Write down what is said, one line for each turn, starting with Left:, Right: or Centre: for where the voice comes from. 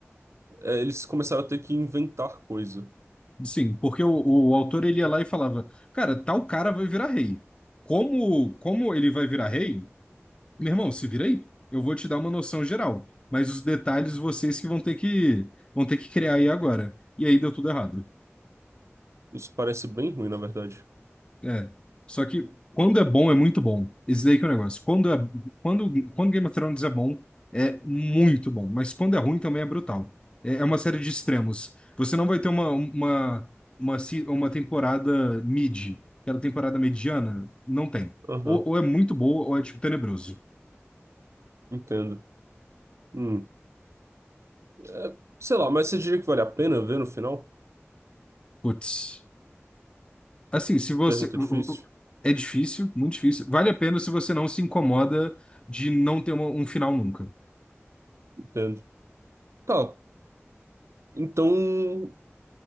Right: é, eles começaram a ter que inventar coisa.
Left: Sim, porque o, o autor, ele ia lá e falava, cara, tal cara vai virar rei. Como, como ele vai virar rei? Meu irmão, se vira aí. Eu vou te dar uma noção geral, mas os detalhes vocês que vão ter que vão ter que criar aí agora. E aí deu tudo errado.
Right: Isso parece bem ruim, na verdade.
Left: É. Só que quando é bom é muito bom. Esse daí que é o negócio. Quando é quando quando Game of Thrones é bom, é muito bom, mas quando é ruim também é brutal. É, é uma série de extremos. Você não vai ter uma uma uma, se- uma temporada mid, aquela temporada mediana, não tem.
Right: Aham,
Left: Ou, ou é muito boa ou é tipo tenebroso.
Right: entendo. Hum. É, sei lá, mas você diria que vale a pena ver no final?
Left: Putz. Assim, se você.
Right: Pergunta difícil.
Left: É difícil, muito difícil. Vale a pena se você não se incomoda de não ter uma- um final nunca.
Right: Entendo. Tá. Então.